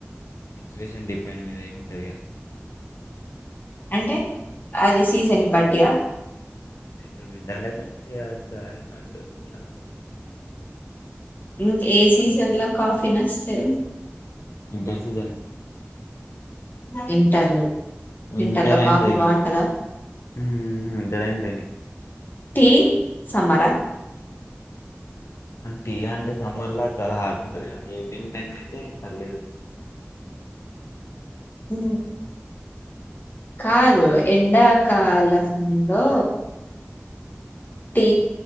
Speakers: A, on the left; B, on the left.
A: సిచ్యువేషన్ డిపెండ్ మీద ఏం ఉంటది ఇగా
B: అంటే ఆది సీజన్ ని బట్టి ఆ
A: అంటే ఇప్పుడు వింటర్లు అయితే చేయచ్చు అట్లా
B: హు ఏ సీజన్ లో కాఫీ నచ్చితే
A: వింటర్ సీజన్
B: వింటర్ లో
A: వింటర్
B: లో
A: అండ్
B: కాఫీ
A: రైనీ
B: బాగుంటదా
A: హు winter and rainy
B: tea summer ఆ
A: టీ అంటే సమ్మర్ లో చాలా హాట్ ఉంటుంది ఈవినింగ్ టైమ్ అయితే పర్లేదు
B: హు కాదు ఎండకాలంలో టీ